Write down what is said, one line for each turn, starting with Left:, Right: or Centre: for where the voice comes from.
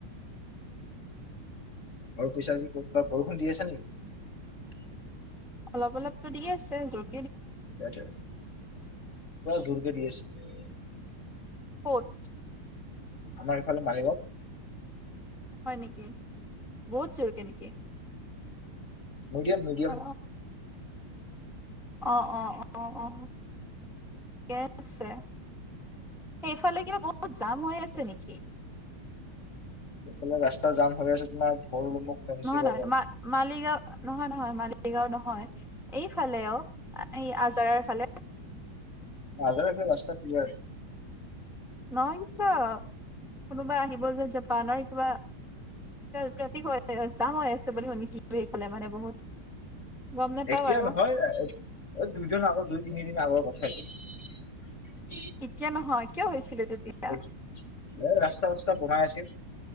Left: আৰু পিছা আজি ক'ত বৰষুণ দি আছে নেকি?
Centre: অলপ অলপতো দি আছে যত
Left: <unintelligible> জোৰকৈ দি আছে।
Centre: ক'ত?
Left: আমাৰ এইফালে মালিগাঁৱত।
Centre: হয় নেকি বহুত জোৰকে নেকি?
Left: মিডিয়ম মিডিয়ম।
Centre: অ অ' অ' অ' অ' ঠিকে আছে সেইফালে কিবা বহুত জাম হৈ আছে নেকি?
Left: এইফালে ৰাস্তা জাম হৈ আছে তোমাৰ। ভৰলুমুখ ফেঞ্চি
Centre: নহয় নহয়
Left: বজাৰ
Centre: ম মালিগাঁও নহয় নহয় মালিগাঁও ন হয় এইফালেও এই আজৰাৰ ফালে
Left: আজাৰা ফালে ৰাস্তা ক্লিয়াৰ।
Centre: নয়িব কোনোবা আহিব যে জাপানৰ কিবা ট্ৰেফিক হৈ জাম হৈ আছে বুলি শুনিছিলো সেইফালে মানে বহুত। গম নাপাও
Left: এতিয়া
Centre: আৰু
Left: নহয় দুই দিনৰ আগৰ দুই তিনিদিন আগৰ কথা। <unintelligible>
Centre: এতিয়া নহয় কিয় হৈছিলে? তেতিয়া
Left: এ ৰাস্তা চস্তা বনাই আছিল।